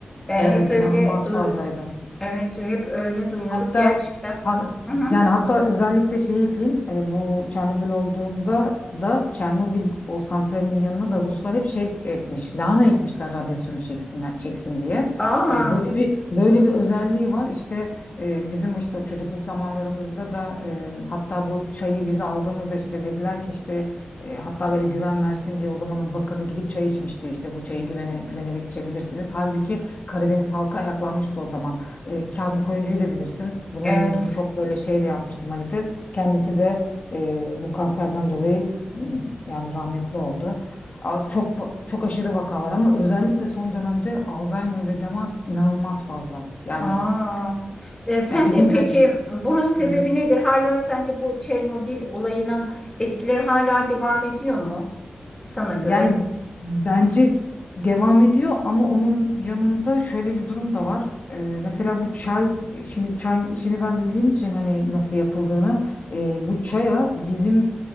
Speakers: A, on the left (about 15°); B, on the left (about 45°).
A: E,
B: Evet,
A: hep öyle
B: inanılmaz
A: du-
B: fazlaydı.
A: evet hep öyle duyuyorduk
B: Hatta
A: gerçekten.
B: ha-
A: Hı hı.
B: yani hatta özellikle şey ekleyeyim e, bu Çernobil olduğunda da Çernobil o santralinin yanına da Ruslar hep şey ekmiş lahana ekmişler radyasyonu çeksinler çeksin diye.
A: Aa
B: E, böyle bir böyle bir özelliği var İşte e, bizim işte çocukluk zamanlarımızda da e, hatta bu çayı biz aldığımızda işte dediler ki işte e, hatta böyle güven versin diye o zamanın bakanı gidip çay içmişti işte bu çayı güvene, güvenerek içebilirsiniz. Halbuki Karadeniz halkı ayaklanmıştı o zaman. E, Kazım Koyuncu'yu da bilirsin. Bununla
A: evet.
B: ilgili çok böyle şey de yapmıştı manifest. Kendisi de e, bu kanserden dolayı m, yani rahmetli oldu. Az çok va- çok aşırı vaka var ama özellikle son dönemde Alzheimer ve demans inanılmaz fazla. Yani
A: Aa, e, sence
B: ya bizim
A: peki
B: köyde
A: bunun sebebi
B: Hı hı.
A: nedir? Hala sence bu Çernobil olayının etkileri hala devam ediyor mu sana göre?
B: yani bence devam ediyor ama onun yanında şöyle bir durum da var. Ee, mesela bu çay, şimdi çay işini ben bildiğim için hani nasıl yapıldığını, e, bu çaya bizim